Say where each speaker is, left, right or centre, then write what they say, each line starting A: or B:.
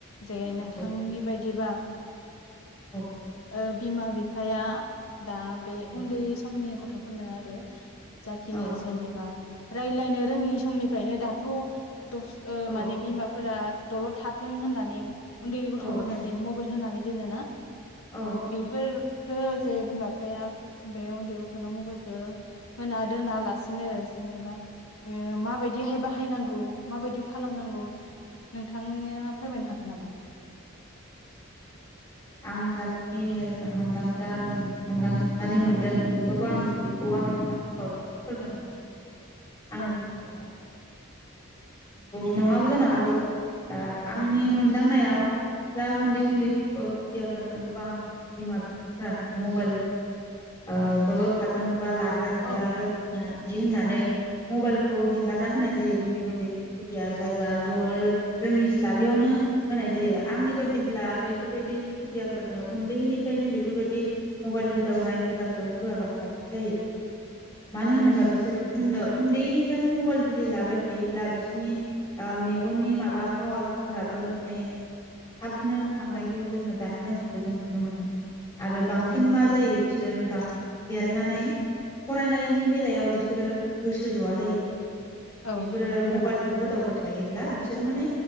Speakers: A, on the left; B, on the left.
A: जे
B: औ औ
A: नोंथांनि
B: दे
A: बायदि दिबा
B: औ
A: ओ बिमा बिफाया दा बे
B: औ
A: उन्दै समनि गथ' गथ'फोरनो आरो जाखिनि
B: औ
A: जेनेबा रायलायनो रोङि समनिफ्रायनो दाथ' दस
B: औ
A: माने बिमाफोरा दलद थाथों होननानै उन्दै गथ'फोरनो
B: औ
A: दि मबाइल होननानै दोनो ना?
B: औ
A: बेफोर जे बिमा बिफाया बे उन्दै गथ'नो मबाइलखो होना दोना लासिनो जेनेबा ओ माबायदिहाय बाहायनांगौ माबायदि खालामनांगौ नोंथांनो फोरमायनो हागोन नामा?
B: औ। आं जाखिनि मोनदांदा मोनदांनानै मोनदों बेखौबो आं बेखौ आं <unintelligible> फोरमायना होनोसै। आंनि
A: औ
B: बुंनाया
A: नोंथां।
B: ओ नङाबो जानो हागौ। ओ- आंनि
A: औ
B: मोनदांनायाव औ दा उन्दै उन्दै खुदियाफोरनो गोबां बिमा बिफाफोरानो मबाइल ओ-दलद थाथों, बा लाग्रा गैया
A: औ
B: बायदिसिना बिदि होननानै मबाइल खौ हेंगारना होनाय जायो उन्दै उन्दै खुदिया जायबा ज'नो रोङिस्लाबियावनो होनाय जायो। आंनि बायदि ब्ला बेफोरबायदि खुदियाफोरनो उन्दैनिफ्रायनो बेफोरबायदि मबाइल होदावनाय हुदाखौ होआबा साबसिन जायो। मानो
A: नंगौ
B: होनोबा
A: नोंथां
B: बिसोरो उनाव उन्दैनिफ्रायनो मबाइल जुदि लाबाय थायोब्ला बिसिनि ओ-मेगननि माबा पावारफोराबो माने थाब थांनायखौ
A: औ
B: जोङो दानि मानसि‌ जों नुनो मोनो‌। आरो बांसिन
A: नंगौ
B: मा जायो बिसोरो नोंथां देरनानै फरायनायनि बेलायाव बिसोरो गोसो जआ जायो।
A: औ
B: बिफोरो
A: नंगौ नोंथां
B: मबाइलखौ होदावब थायोब्ला बिसोरो माने